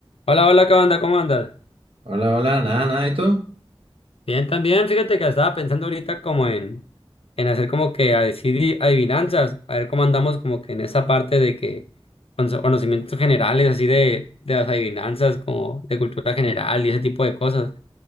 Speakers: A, on the left; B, on the right.
A: Hola, hola, ¿qué onda? ¿Cómo andas?
B: Hola, hola, nada, nada, ¿y tú?
A: Bien, también, fíjate que estaba pensando ahorita como en, en hacer como que a decidir adivinanzas, a ver cómo andamos como que en esa parte de que con so- conocimientos generales, así de, de las adivinanzas, como de cultura general y ese tipo de cosas.